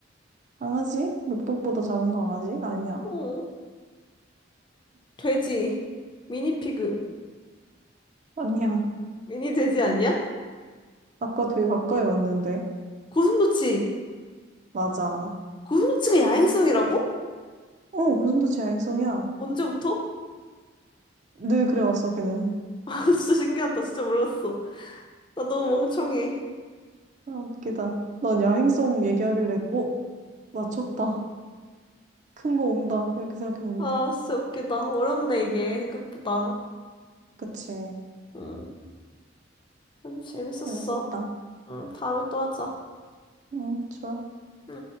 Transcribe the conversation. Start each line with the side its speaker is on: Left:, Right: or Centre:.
Right: 강아지? 늑독보다 작은 강아지? 아니야.
Left: <laughs> 어, 돼지. 미니 피그.
Right: 아니야.
Left: 미니 돼지 아니야?
Right: <laughs> 아까 되게 가까이 왔는데.
Left: 고슴도치.
Right: 맞아.
Left: 고소치가 야행성이라고?
Right: 어, 고슴도치 야행성이야.
Left: 언제부터?
Right: 늘 그래 왔어, 걔는.
Left: <laughs> 아, 진짜 신기하다. 진짜 몰랐어. 나 너무 멍청해.
Right: 아, 웃기다. 난 야행성 얘기하길래, 어, 맞췄다. 큰 거 온다. 이렇게 생각했는데.
Left: 아, 진짜 웃기다. 어렵네, 이게, 생각보다.
Right: 그치.
Left: 응. 아주 재밌었어.
Right: 재밌었다.
Left: 응, 다음에 또 하자.
Right: 응, 좋아.
Left: 응.